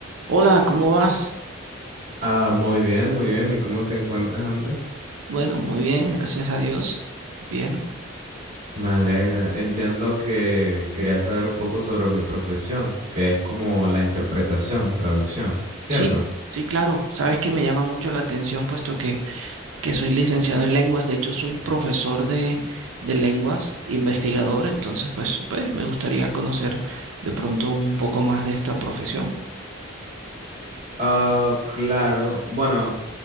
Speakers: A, on the right; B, on the right.
A: Hola, ¿cómo vas?
B: Ah, muy bien, muy bien. ¿Y cómo te encuentras, Andrés?
A: Bueno, muy bien, gracias a Dios. Bien.
B: Me alegra. Entiendo que querías saber un poco sobre mi profesión, que es como la interpretación, traducción, ¿cierto?
A: Sí, sí, claro. Sabes que me llama mucho la atención, puesto que, que soy licenciado en lenguas. De hecho, soy profesor de, de lenguas, investigador. Entonces, pues, pues, me gustaría conocer de pronto un poco más de esta profesión.
B: Ah, claro. Bueno,